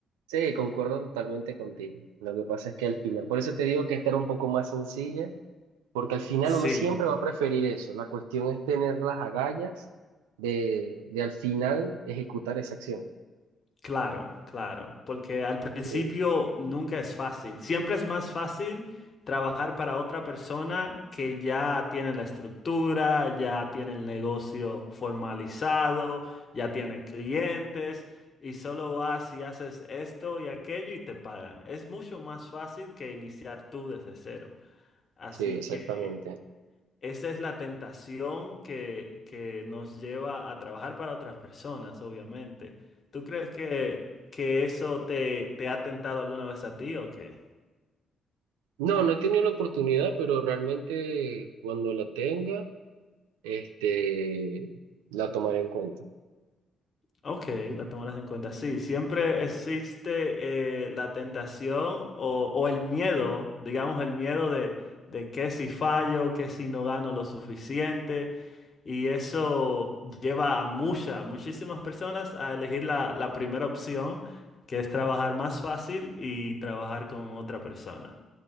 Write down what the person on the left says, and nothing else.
Sí.
Claro, claro, porque al principio
nunca es fácil. Siempre es más fácil trabajar para otra persona que ya tiene la estructura, ya tiene el negocio formalizado, ya tiene clientes y solo vas y haces esto y aquello y te pagan. Es mucho más fácil que iniciar tú desde cero. Así
que esa es la tentación que, que nos lleva a trabajar para otras personas, obviamente. ¿Tú crees que, que eso te, te ha tentado alguna vez a ti o qué?
Ok, la tomarás en cuenta. Sí, siempre existe eh, la tentación o, o el miedo, digamos el miedo de, de que si fallo, que si no gano lo suficiente. Y eso lleva a muchas, muchísimas personas a elegir la, la primera opción, que es trabajar más fácil y trabajar con otra persona.